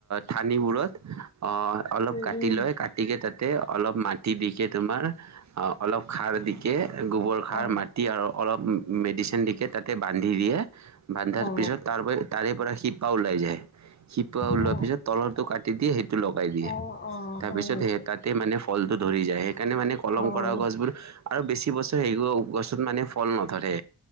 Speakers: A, on the right; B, on the left.
A: থানিবোৰত অ', অলপ
B: উম
A: কাটি
B: উম
A: লয় কাটিকে তাতে অলপ মাটি দিকে তোমাৰ অলপ খাৰ দিকে গোবৰ খাৰ
B: অ
A: মাটি আৰু অলপ মেডিচিন দিকে তাতে বান্ধি দিয়ে বান্ধাৰ
B: অ
A: পিছত তাৰ তাৰে পৰা শিপা ওলাই যায়। শিপা ওলোৱাৰ
B: অ
A: পিছত তলৰটো কাটি দিয়ে সেইটো লগাই দিয়ে।
B: অ অ
A: তাৰপিছত
B: হয় নেকি
A: সেই তাতে মানে ফল টো ধৰি যায় সেইকাৰণে মানে কলম
B: অ',
A: কৰা গছবোৰ আৰু বেছি বছৰ সেই গছত মানে কল নধৰে